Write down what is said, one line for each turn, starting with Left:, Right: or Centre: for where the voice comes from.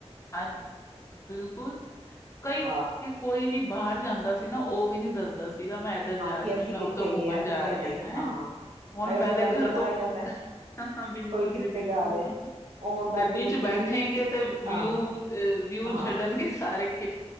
Left: ਹਾਂਜੀ। ਬਿਲਕੁਲ, ਕਈ
Right: ਹਾਂ
Left: ਕੋਈ ਵੀ ਬਾਹਰ ਜਾਂਦਾ ਸੀ ਨਾ, ਉਹ ਵੀ ਨੀ ਦੱਸਦਾ ਸੀ ਸੀਗਾ ਮੈਂ ਇੱਧਰ ਜਾ
Right: ਕਿ
Left: ਰਹੀ
Right: ਅਸੀਂ
Left: ਹਾਂ, ਮੈਂ
Right: ਕਿੱਥੇ
Left: ਉੱਧਰ ਘੁੰਮਣ
Right: ਗਏ ਹਾਂ
Left: ਜਾ
Right: ਕਿੱਥੇ
Left: ਰਿਹੀ ਹਾ।
Right: ਨਹੀਂ
Left: ਹੈਂ,
Right: ਹਾਂ
Left: ਹੁਣ
Right: ਅੱਜ ਕੱਲ
Left: ਪਹਿਲੇ
Right: ਤਾਂ
Left: ਘਰ
Right: ਪਤਾ
Left: ਤੋਂ
Right: ਲੱਗ ਜਾਂਦਾ
Left: ਹ ਹ ਹ, ਬਿਲਕੁਲ
Right: ਕੋਈ ਕਿੱਥੇ
Left: ਜੀ ਬਿਲਕੁਲ।
Right: ਜਾ ਰਿਹਾ ਆਉਣ ਦਾ
Left: ਗੱਡੀ
Right: ਵੇ
Left: ਚ
Right: ਜੀ
Left: ਬੈਠੇਗੇ ਤੇ ਵਿਊ
Right: ਹਾਂ
Left: ਵਿਊ
Right: ਹਾਂ
Left: ਛਡਣਗੇ ਸਾਰੇ ਖਿਚ